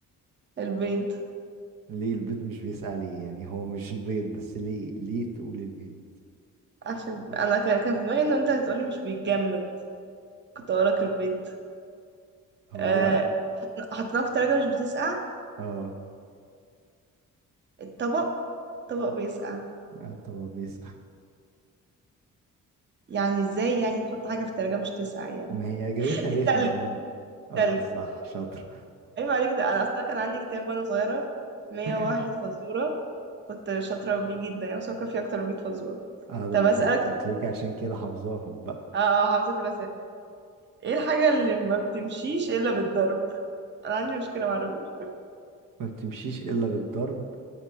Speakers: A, on the right; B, on the right.
A: البيض
B: ليه البيض مش بيسقع ليه يعني هو مش البيض بس ليه ليه تقول البيض
A: عشان انا كان كان في دماغي ان انت هتقولي مش بيتجمد كنت هقولك البيض
B: هو
A: أه...
B: لا
A: حط- حطيناه في التلاجة مش بتسقع
B: اه
A: الطبق طبق بيسقع
B: آه، طب هو بيسقع
A: يعني ازاي يعني نحط حاجة في التلاجة مش تسقع يعني
B: ما هي اجابتها رخمة
A: التلج
B: عموما اه
A: تلج
B: صح شاطر
A: ايوه عليك ده انا اصلا كان عندي كتاب وانا صغيرة 101
B: <laughs>
A: فزورة كنت شاطرة بيه جدا يعني بس هو كان فيه اكتر من 100 فزورة
B: اه ده
A: طب
B: انت
A: اسألك سؤال
B: هتلاقيكي عشان كده حافظاهم بقى
A: اه اه حافظة كل ايه الحاجة اللي ما بتمشيش الا بالضرب انا عندي مشكلة مع الرجل
B: ما بتمشيش الا بالضرب